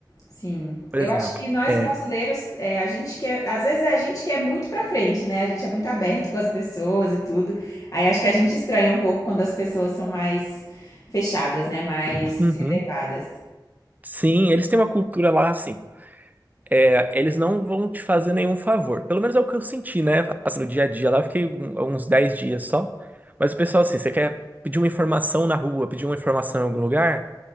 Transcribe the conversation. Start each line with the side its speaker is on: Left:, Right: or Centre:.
Left: Sim.
Right: Por
Left: Eu
Right: exemplo,
Left: acho que nós
Right: é,
Left: brasileiros, é, a gente quer, às vezes é a gente que é muito pra frente, né? A gente é muito aberto com as pessoas e tudo. Aí acho que a gente estranha um pouco quando as pessoas são mais fechadas, né? Mais
Right: Uhum.
Left: reservadas.
Right: Sim, eles têm uma cultura lá assim. é, eles não vão te fazer nenhum favor. Pelo menos é o que eu senti, né? Assim, no dia a dia lá, eu fiquei um- uns 10 dias só. Mas o pessoal, assim, você quer pedir uma informação na rua, pedir uma informação em algum lugar,